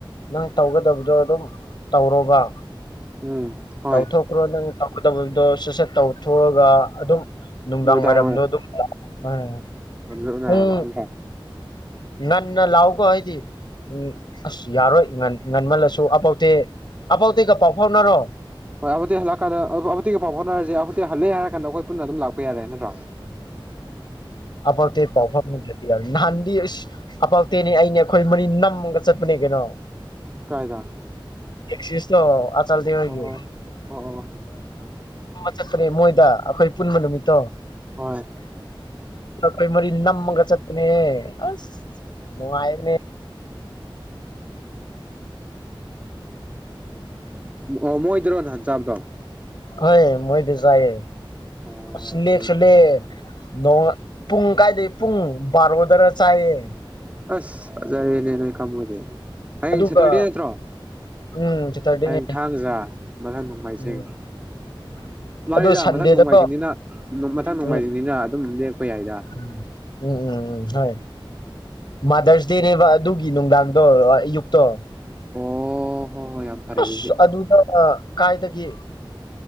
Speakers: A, on the left; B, on the right.
A: ꯅꯪ ꯇꯧꯒꯗꯕꯗꯣ ꯑꯗꯨꯝ ꯇꯧꯔꯣꯕ
B: ꯎꯝ ꯍꯣꯏ
A: ꯇꯧꯊꯣꯛꯈ꯭ꯔꯣ ꯅꯪ ꯇꯧꯒꯗꯕꯗꯣ ꯁꯠ ꯁꯠ ꯇꯧꯊꯣꯛꯑꯒ ꯑꯗꯨꯝ ꯅꯨꯡꯗꯥꯡ
B: ꯅꯨꯃꯤꯗꯥꯡ
A: ꯋꯥꯏꯔꯝꯗꯣ
B: ꯋꯥꯏꯔꯝ
A: ꯑꯗꯨꯝ ꯍꯣꯏ
B: ꯑꯗꯨꯗ ꯎꯅꯔꯕ
A: ꯄꯨꯡ
B: ꯅꯠꯇ꯭ꯔꯥ
A: ꯉꯟꯅ ꯂꯥꯛꯎꯀꯣ ꯍꯥꯏꯗꯤ ꯎꯝ ꯑꯁ ꯌꯥꯔꯣꯏ ꯉꯟ ꯉꯟꯃꯜꯂꯁꯨ ꯑꯕꯧꯇꯦ ꯑꯕꯧꯇꯦꯒ ꯄꯥꯎ ꯐꯥꯎꯅꯔꯣ
B: ꯍꯣꯏ ꯑꯕꯧꯇꯤ ꯍꯂꯛ ꯑꯀꯥꯟꯗ ꯑꯕꯧ ꯑꯕꯧꯇꯦꯒ ꯄꯥꯎ ꯐꯥꯎꯅꯔꯁꯦ ꯍꯜꯂꯦ ꯍꯥꯏꯔꯥꯟꯗꯈ ꯄꯨꯟꯅ ꯑꯗꯨꯝ ꯂꯥꯛꯄ ꯍꯈ ꯌꯥꯔꯦ ꯅꯠꯇ꯭ꯔꯣ
A: ꯑ ꯄꯐꯝ ꯌꯥ ꯅꯍꯥꯟꯗꯤ ꯑꯁ ꯑꯄꯥꯛꯥꯎꯇꯦꯅꯤ ꯑꯩꯅꯦ ꯑꯩꯈꯣꯏ ꯃꯔꯤ ꯅꯝꯃꯒ ꯆꯠꯄꯅꯦ ꯀꯩꯅꯣ
B: ꯀꯥꯏꯗ
A: ꯁ ꯆ ꯍꯒꯤ
B: ꯑꯣ ꯑꯣ ꯑꯣ
A: ꯆꯠꯄꯅꯦ ꯃꯣꯏꯗ ꯑꯩꯈꯣꯏ ꯄꯨꯟꯕ ꯅꯨꯃꯤꯠꯇꯣ
B: ꯍꯣꯏ
A: ꯅꯈꯣꯏ ꯃꯔꯤ ꯅꯝꯃꯒ ꯆꯠꯄꯅꯦ ꯑꯁ ꯃꯥꯏꯅꯦ
B: ꯑꯣ ꯃꯣꯏꯗꯔꯣ ꯅꯍꯥꯟ ꯆꯥꯕꯗꯣ
A: ꯍꯣꯏ ꯃꯍꯤꯗꯁꯨꯑꯌꯦ
B: ꯑꯣ
A: ꯁꯤꯂꯦ
B: ꯐꯩ
A: ꯆꯂꯦ ꯅꯣꯡ ꯄꯨꯡ ꯀꯥꯏꯗꯒꯤꯩ ꯄꯨꯡ ꯕꯥꯔꯣꯗꯔ ꯆꯥꯏꯌꯦ
B: ꯑꯁ ꯐꯖꯔꯦꯅꯦ ꯅꯣꯏ ꯈꯝꯃꯣꯏꯗꯦ ꯍꯌꯦꯡ
A: ꯑꯗꯨꯒ
B: ꯁꯦꯇꯔꯗꯦ ꯅꯠꯇ꯭ꯔꯣ
A: ꯎꯝ ꯁꯦꯇꯔꯗꯦꯅꯦ
B: ꯍꯌꯦꯡ ꯊꯥꯡꯖꯥ ꯃꯊꯪ ꯅꯣꯡꯃꯥꯏꯖꯤꯡ
A: ꯎꯝ
B: ꯃꯥꯅꯤꯗ
A: ꯑꯗꯣ ꯁꯟꯗꯦꯗꯀꯣ
B: ꯃꯊꯪ ꯅꯣꯡꯃꯥꯏꯖꯤꯡꯅꯤꯅ ꯃꯊꯪ
A: ꯎꯝ
B: ꯅꯣꯡꯃꯥꯏꯖꯤꯡꯅꯤꯅ ꯑꯗꯨꯝ ꯌꯥꯏꯗ
A: ꯎꯝ ꯎꯝ ꯎꯝ ꯎꯝ ꯍꯣꯏ ꯃꯥꯗꯔꯁ ꯗꯦꯅꯦꯕ ꯑꯗꯨꯒꯤ ꯅꯨꯡꯗꯥꯡꯗꯣ ꯑꯌꯨꯛꯇꯣ
B: ꯑꯣ ꯍꯣꯏ ꯍꯣꯏ ꯌꯥꯝ ꯐꯔꯦ
A: ꯑꯁ
B: ꯑꯗꯨꯗꯤ
A: ꯑꯗꯨ ꯑꯗꯨꯗ ꯀꯥꯏ ꯗꯒꯤ